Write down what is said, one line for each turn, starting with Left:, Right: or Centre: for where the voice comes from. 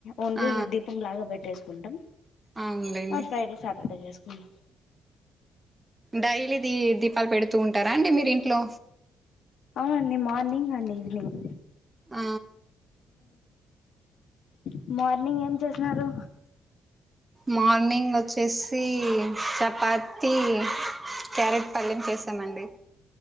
Left: ఓన్లీ
Right: ఆ
Left: దీపం లాగా పెట్టేసుకుంటాం
Right: అవునులేండి
Left: ఫ్రైడే సాటర్డే చేసుకుంటాం.
Right: డైలీ ది దీపాలు పెడుతూ ఉంటారా అండి మీరు ఇంట్లో.
Left: అవునండి మార్నింగ్ అండ్ ఈవినింగ్
Right: ఉ
Left: ఉ మార్నింగ్ ఏం చేసినారు
Right: మార్నింగ్ వచ్చేసి చపాతీ క్యారెట్ పల్లెం చేసామండి